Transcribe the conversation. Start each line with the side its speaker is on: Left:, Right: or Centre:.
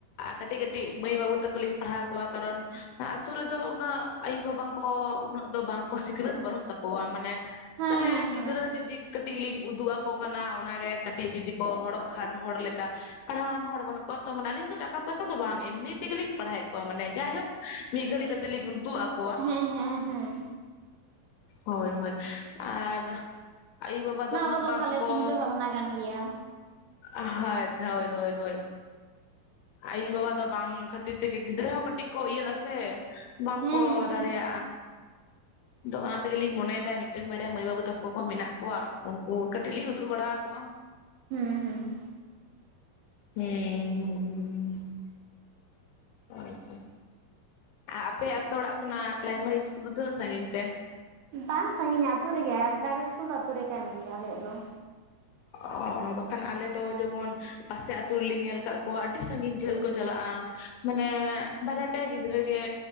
Left: ᱠᱟᱹᱴᱤᱡ ᱠᱟᱹᱴᱤᱡ ᱢᱟᱹᱭ ᱵᱟᱹᱵᱩ ᱛᱟᱠᱚ ᱞᱤᱧ ᱯᱟᱲᱦᱟᱣ ᱠᱚᱣᱟ᱾ ᱠᱟᱨᱚᱱ ᱟᱹᱛᱩ ᱨᱮᱫᱚ ᱩᱱᱟᱹᱜ ᱟᱭᱳᱼᱵᱟᱵᱟ᱾ ᱠᱚ ᱩᱱᱟᱹᱜ ᱫᱚ ᱵᱟᱝ ᱠᱚ ᱥᱤᱠᱷᱱᱟᱹᱛ ᱵᱟᱹᱱᱩᱜ ᱛᱟᱠᱚᱣᱟ᱾ ᱢᱟᱱᱮ
Right: ᱦᱮᱸ
Left: ᱛᱟᱦᱚᱞᱮ
Right: ᱦᱮᱸ ᱦᱮᱸ
Left: ᱜᱤᱫᱽᱨᱟᱹ ᱡᱩᱫᱤ ᱠᱟᱹᱴᱤᱡ ᱞᱤᱧ ᱩᱫᱩᱜ ᱟᱠᱚ ᱠᱟᱱᱟ ᱚᱱᱟᱜᱮ ᱠᱟᱹᱴᱤᱡ ᱡᱩᱫᱤ ᱠᱚ ᱦᱚᱲᱚᱜ ᱠᱷᱟᱱ ᱦᱚᱲ ᱞᱮᱠᱟ ᱾ ᱯᱟᱲᱦᱟᱣ ᱟᱱ ᱦᱚᱲ ᱵᱟᱹᱱᱩᱜ ᱠᱚᱣᱟ ᱛᱚ, ᱢᱟᱱᱮ ᱟᱞᱤᱧ ᱫᱚ ᱴᱟᱠᱟ ᱯᱚᱭᱥᱟ ᱫᱚ ᱵᱟᱝ ᱮᱢᱱᱤ ᱛᱮᱜᱮᱞᱤᱧ ᱯᱟᱲᱦᱟᱣᱮᱜ ᱠᱚᱣᱟ ᱢᱟᱱᱮ ᱡᱟᱭᱦᱳᱠ ᱢᱤᱫ ᱜᱷᱽᱟᱨᱤᱠ ᱠᱟᱛᱮ ᱞᱤᱧ ᱤᱫᱤᱜ ᱟᱠᱚ
Right: ᱦᱩᱸ, ᱦᱩᱸ, ᱦᱩᱸ᱾
Left: ᱦᱳᱭ ᱦᱳᱭ ᱟᱨ ᱟᱭᱩ ᱵᱟᱵᱟ ᱫᱚ
Right: ᱱᱚᱣᱟ
Left: ᱩᱱᱟᱹᱜ
Right: ᱠᱚᱫᱚ
Left: ᱵᱟᱝ
Right: ᱵᱷᱟᱞᱮ
Left: ᱠᱚ
Right: ᱪᱤᱱᱛᱟᱹ ᱵᱷᱟᱵᱽᱱᱟ ᱠᱟᱱ ᱜᱮᱭᱟ
Left: ᱟᱪᱷᱟ ᱦᱳᱭ ᱦᱳᱭ᱾ ᱟᱭᱳ ᱵᱟᱵᱟ ᱫᱚ ᱵᱟᱝ ᱠᱷᱟᱹᱛᱤᱨ ᱛᱮᱜᱮ ᱜᱤᱫᱽᱨᱟᱹ ᱦᱚᱸ ᱠᱟᱹᱴᱤᱡ ᱠᱚ ᱤᱭᱟᱹᱜ ᱟᱥᱮ ᱵᱟᱝ
Right: ᱦᱮᱸ
Left: ᱠᱚ ᱫᱟᱲᱮᱭᱟᱜ-ᱟ᱾
Right: <unintelligible>
Left: ᱫᱚ ᱚᱱᱟ ᱛᱮᱜᱮ ᱞᱤᱧ ᱢᱚᱱᱮᱭ ᱫᱟ ᱛᱚ ᱢᱤᱫᱴᱮᱱ ᱵᱟᱨᱭᱟ ᱢᱟᱹᱭ ᱵᱟᱹᱵᱩ ᱛᱟᱠᱚ ᱠᱚ ᱢᱮᱱᱟᱜ ᱠᱚᱣᱟ, ᱩᱱᱠᱩ ᱠᱟᱹᱴᱤᱡ ᱞᱤᱧ ᱩᱫᱩᱜ ᱵᱟᱲᱟ ᱟᱠᱚᱣᱟ᱾
Right: ᱦᱩᱸ ᱦᱩᱸ᱾
Left: <unintelligible> <unintelligible> ᱟᱪᱪᱷᱟ ᱟᱯᱮ ᱟᱯᱮ ᱚᱲᱟᱜ ᱠᱷᱚᱱᱟᱜ ᱯᱨᱟᱭᱢᱟᱨᱤ ᱤᱥᱠᱩᱞ ᱫᱚ ᱛᱤᱱᱟᱹᱜ ᱥᱟᱺᱜᱤᱧ ᱛᱮ?
Right: ᱵᱟᱝ ᱥᱟᱺᱜᱤᱧᱟ ᱟᱹᱛᱩ ᱨᱮᱜᱮ ᱯᱨᱟᱭᱢᱟᱨᱤ ᱤᱥᱠᱩᱞ ᱫᱚ ᱟᱹᱛᱩ ᱨᱮ ᱠᱟᱱ ᱜᱮᱭᱟ ᱟᱞᱮᱭᱟᱜ ᱫᱚ ᱾
Left: ᱚᱻ ᱵᱟᱠᱷᱟᱱ ᱟᱞᱮ ᱫᱚ ᱡᱮᱢᱚᱱ ᱯᱟᱥᱮ ᱟᱹᱛᱩ ᱨᱮᱞᱤᱧ ᱧᱮᱞ ᱠᱟᱫ ᱠᱚᱣᱟ ᱟᱹᱰᱤ ᱥᱟᱺᱜᱤᱧ ᱡᱷᱟᱹᱞ ᱠᱚ ᱪᱟᱞᱟᱜᱼᱟ ᱾ ᱢᱟᱱᱮᱻ ᱵᱟᱨᱭᱟ ᱯᱮᱭᱟ ᱜᱤᱫᱽᱨᱟᱹ ᱜᱮ